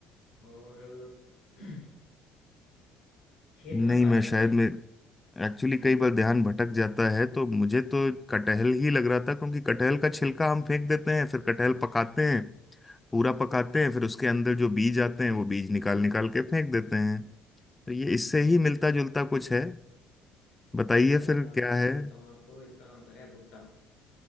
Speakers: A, on the left; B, on the left.
A: और <clears throat> खेत
B: नहीं
A: में उगाया
B: मैं
A: जाता
B: शायद
A: है लेकिन
B: मैं
A: ये।
B: एक्चुअली
A: हम्म
B: कई बार ध्यान भटक जाता है तो मुझे तो कटहल ही लग रहा था क्योंकि कटहल का छिलका हम फेंक देते हैं फिर कटहल
A: हम्म
B: पकाते हैं पूरा पकाते हैं फिर उसके अंदर जो
A: हम्म
B: बीज आते हैं वो बीज निकाल निकाल के फेंक देते हैं तो ये
A: हम्म।
B: इससे ही मिलता जुलता कुछ है बताइए
A: चले मैं इसका
B: फिर
A: आंसर
B: क्या है
A: दे देता हूँ आपको इसका आंसर है भुट्टा